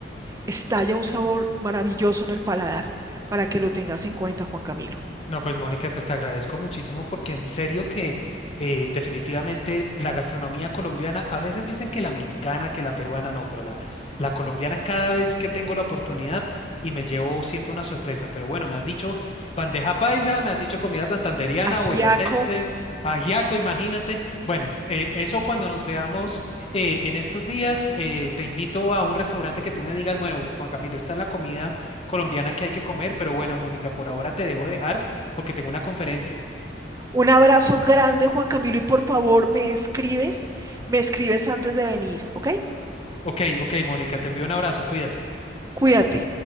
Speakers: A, on the right (about 20°); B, on the left (about 35°).
A: estalla un sabor maravilloso en el paladar para que lo tengas en cuenta, Juan Camilo.
B: No, pues Mónica, pues te agradezco muchísimo porque en serio que eh, definitivamente la gastronomía colombiana, a veces dicen que la mexicana, que la peruana, no, pero la, la colombiana cada vez que tengo la oportunidad y me llevo siempre una sorpresa. Pero bueno, me has dicho bandeja paisa, me has dicho comida santandereana,
A: Ajiaco,
B: boyacense, ajiaco, imagínate. Bueno, eh, eso cuando nos veamos eh, en estos días, eh, te invito a un restaurante que tú me digas, bueno, Juan Camilo, esta es la comida colombiana que hay que comer, pero bueno, Mónica, por ahora te debo dejar porque tengo una conferencia.
A: Un abrazo grande, Juan Camilo, y por favor, me escribes, me escribes antes de venir, ¿ok?
B: Ok, ok, Mónica, te envío un abrazo, cuídate.
A: Cuídate.